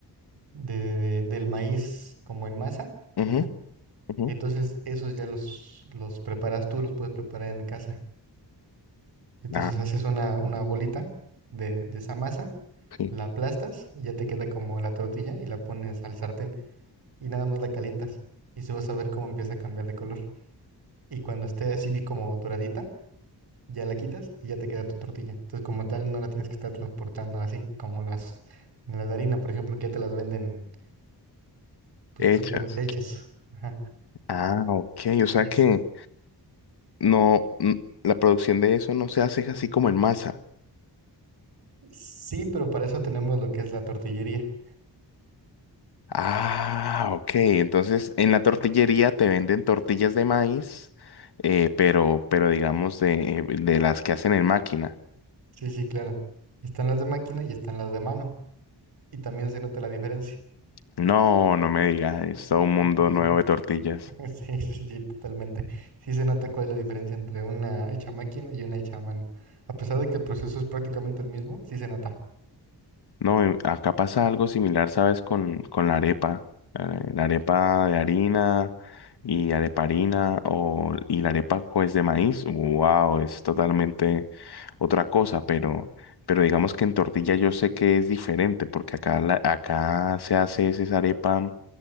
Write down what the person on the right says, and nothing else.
de- de- del maíz como en masa.
Ajá.
Entonces esos ya los, los preparas tú, los puedes preparar en casa. Entonces
haces una, una bolita de, de esa masa,
la aplastas y ya te queda como la tortilla y la pones al sartén y nada más la calientas y se vas a ver cómo empieza a cambiar de color. Y cuando esté así vi como doradita, ya la quitas y ya te queda tu tortilla. Entonces como tal no la tienes que estar transportando así como las, las de harina, por ejemplo, que ya te las venden pues
prácticamente hechas. Ajá.
Y así-
Sí, pero para eso tenemos lo que es la tortillería.
Sí, sí, claro. Están las de máquina y están las de mano. Y también se nota la diferencia.
Sí, sí,
sí.
<laughs> Sí, sí, sí, totalmente. Sí se nota cuál es la diferencia entre una hecha a máquina y una hecha a mano. A pesar de que el proceso es prácticamente el mismo, sí se nota.